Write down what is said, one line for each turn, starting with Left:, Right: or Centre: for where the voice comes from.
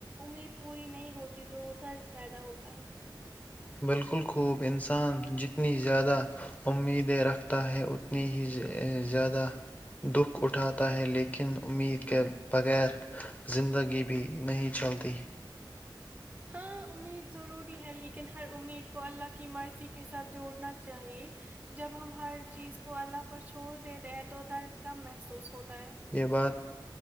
Right: امید پوری نہیں ہوتی تو درد پیدا ہوتا ہے
Left: بالکل خوب انسان جتنی زیادہ امیدیں رکھتا ہے اتنی ہی زیادہ دکھ اٹھاتا ہے لیکن امید کے بغیر زندگی بھی نہیں چلتی
Right: ہاں امید ضروری ہے لیکن ہر امید کو اللہ کی مرضی کے ساتھ جوڑنا چاہیے جب ہم ہر چیز کو اللہ پر چھوڑ دیتے ہیں تو تو درد کم محسوس ہوتا ہے
Left: یہ بات